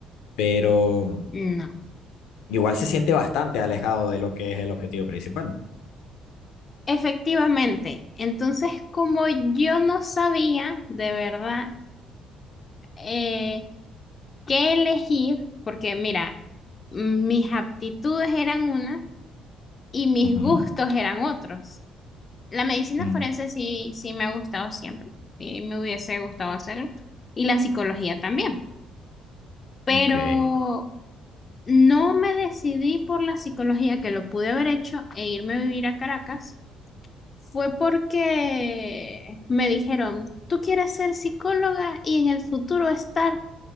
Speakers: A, on the left (about 80°); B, on the left (about 30°).
A: pero
B: No.
A: igual se siente bastante alejado de lo que es el objetivo principal.
B: Efectivamente. Entonces, como yo no sabía de verdad eh, qué elegir, porque mira, mm, mis aptitudes eran unas y mis
A: Ujú,
B: gustos eran otros. La medicina
A: mm,
B: forense sí, sí me ha gustado siempre y me hubiese gustado hacerlo. Y la psicología también. Pero
A: Ok.
B: no me decidí por la psicología, que lo pude haber hecho e irme a vivir a Caracas Fue porque me dijeron, tú quieres ser psicóloga y en el futuro estar